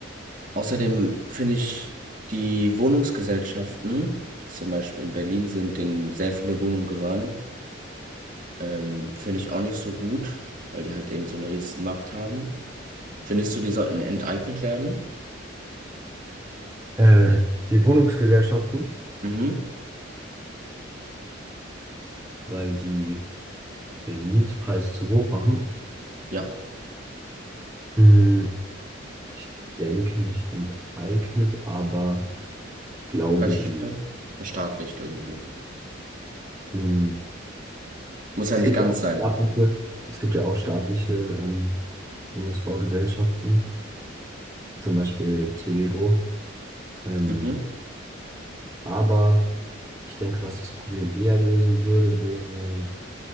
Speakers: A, on the right; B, on the right.
A: außerdem finde ich die Wohnungsgesellschaften, die zum Beispiel in Berlin sind, denen sehr viele Wohnungen gehören, ähm, finde ich auch nicht so gut, weil die halt eben so eine riesen Macht haben. Findest du, die sollten enteignet werden?
B: Äh, die Wohnungsgesellschaften,
A: Mhm.
B: weil die den Mietpreis zu hoch machen,
A: Ja.
B: hm, ich denke nicht enteignet, aber ich glaube,
A: Versch-
B: die,
A: ver- Verstaatlicht irgendwie.
B: hm,
A: Muss ja
B: es
A: nicht
B: gibt
A: ganz
B: ja auch
A: sein.
B: staatliche, es gibt ja auch staatliche ähm, Wohnungsbaugesellschaften, zum Beispiel TVGO. Ähm,
A: Mhm.
B: aber ich denke, was das Problem eher lösen würde, wäre